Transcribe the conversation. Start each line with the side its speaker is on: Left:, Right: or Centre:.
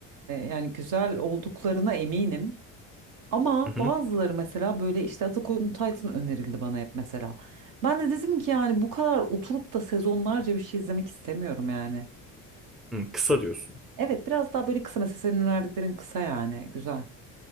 Right: yani güzel olduklarına eminim. Ama
Centre: Hı
Right: bazıları
Centre: hı.
Right: mesela böyle işte Attack on Titan önerildi bana hep mesela. Ben de dedim ki yani bu kadar oturup da sezonlarca bir şey izlemek istemiyorum yani.
Centre: Hı, kısa diyorsun.
Right: Evet biraz daha böyle kısa mesela senin önerdiklerin kısa yani güzel.